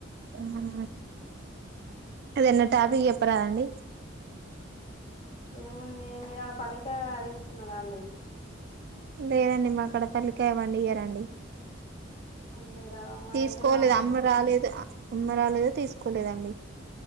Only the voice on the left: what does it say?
ఏముంది మీరు ఆడ పల్లిక తీసుకున్నారా అండి
పన్నీరా మా
దగ్గర పండిస్త